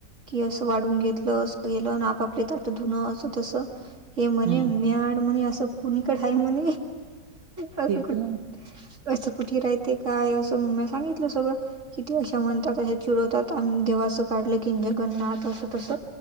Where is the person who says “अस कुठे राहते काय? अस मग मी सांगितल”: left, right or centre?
Right